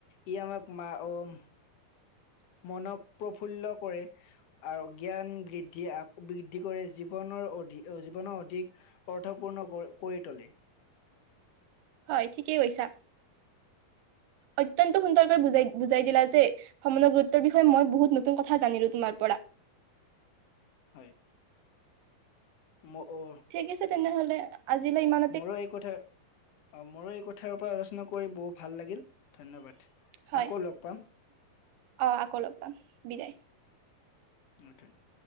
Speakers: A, on the left; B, on the right.
A: ই আমাক মা উম মনক প্ৰফুল্ল কৰে আৰু জ্ঞান বৃদ্ধি আক বৃদ্ধি কৰে জীৱনৰ অধি জীৱনৰ অধিক অৰ্থপূৰ্ণ কৰি তোলে
B: হয় ঠিকেই কৈছা
A: <inaudible>
B: অত্যয়ন্ত সুন্দৰকৈ বুজাই বুজাই দিলা যে ভ্ৰমণৰ গুৰুত্বৰ বিষয় মই বহুত নতুন কথা জানিলো তোমাৰ পৰা।
A: হয়। মোক অ
B: ঠিক আছে তেনেহলে। আজিলৈ ইমান
A: মোৰো এই কথা অ মোৰো এই কথাৰ ওপৰত আলোচনা কৰি বহু ভাল লাগিল ধন্যবাদ।
B: হয়
A: আকৌ লগ পাম
B: অ আকৌ লগ পাম বিদায়।
A: <unintelligible>